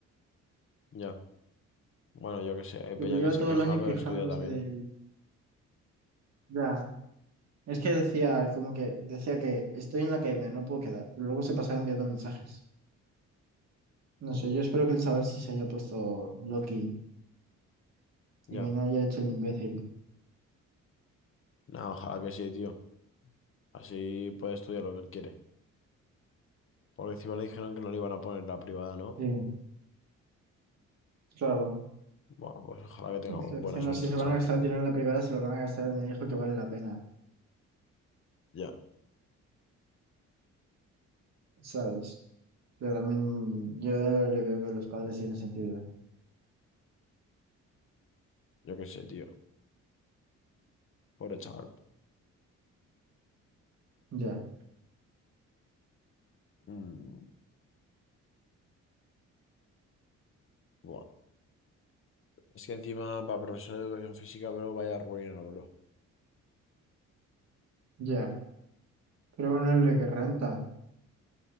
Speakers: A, on the left; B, on the right.
A: Ya. Bueno, yo qué sé. Hay
B: Tipo,
A: peña
B: lleva
A: que se
B: todo
A: queja,
B: el año
A: pero
B: quejándose
A: estudia también.
B: del... Ya, es que decía, como que decía que estoy en la academia, no puedo quedar. Pero luego se pasaba enviando mensajes. No sé, yo espero que el chaval sí se haya puesto lock-in
A: Ya.
B: y que no haya hecho el imbécil.
A: Nada, ojalá que sí, tío. Así puede estudiar lo que él quiere. Porque encima le dijeron que no le iban a poner la privada, ¿no?
B: Sí, claro.
A: Bueno, pues ojalá que tenga
B: Y que
A: buena
B: Encima,
A: suerte
B: si se
A: el
B: van
A: chaval.
B: a gastar el dinero en la privada, se lo van a gastar en el hijo que vale la pena,
A: Ya.
B: ¿sabes? Pero también yo le veo que los padres tienen sentido.
A: Yo qué sé, tío. Pobre chaval.
B: Ya,
A: Mm, buah. Es que encima para profesor de educación física, bro, vaya ruina, bro.
B: ya. Pero bueno, el de que renta,